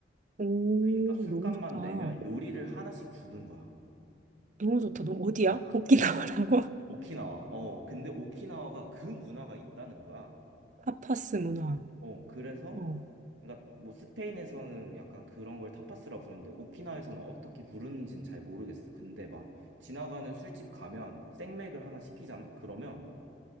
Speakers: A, on the right; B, on the right.
A: 오,
B: 그러니까 술값만
A: 너무 좋다.
B: 내면 요리를 하나씩 주는 거야.
A: 너무 좋다. 너 어디야?
B: 약간
A: 오키나와라고?
B: 오,
A: <laughs>
B: 오키나와. 어, 근데 오키나와가 그 문화가 있다는 거야.
A: 타파스 문화.
B: 어, 그래서
A: 어.
B: 그러니까 뭐 스페인에서는 약간 그런 걸 타파스라 부르는데 오키나와에서는 어떻게 부르는지는 잘 모르겠어. 근데 막 지나가는 술집 가면 생맥을 하나 시키잖아? 그러면